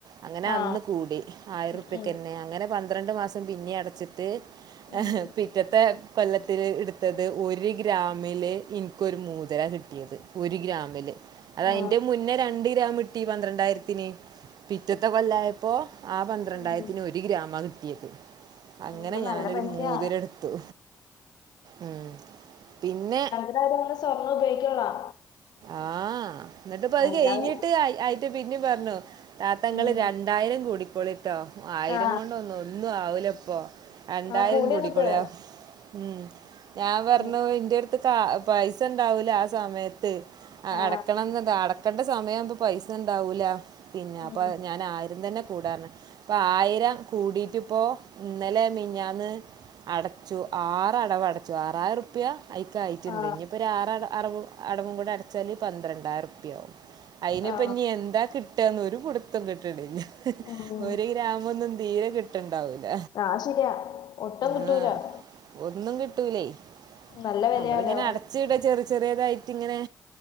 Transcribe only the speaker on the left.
ആ
ഉം ഉം
ഉം
ആ
ഉം ഉം
ഇപ്പൊ
നല്ല പൈസയാ
ന്തായാലുംമ്മടെ സ്വർണ്ണോപയോഗിക്ക്യാന്ള്ളതാ
അല്ലാതെ
ഉം
ആ
ആ കൂടി
അങ്ങട്ട്
ഉം
ആ
ഉം
ആ
ആ
ഉം
ആ ശരിയാ ഒട്ടും കിട്ടൂല
നല്ല വിലയാലോ